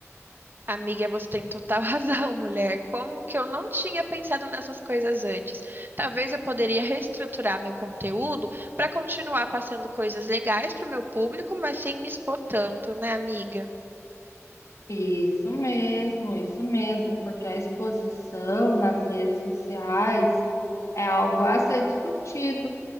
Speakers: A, on the right (about 40°); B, on the left (about 70°).
A: Amiga, você tem total <laughs> razão, mulher. Como que eu não tinha pensado nessas coisas antes? Talvez eu poderia reestruturar meu conteúdo para continuar passando coisas legais para o meu público, mas sem me expor tanto, né, amiga?
B: Isso mesmo, isso mesmo, porque a exposição nas redes sociais é algo a ser discutido,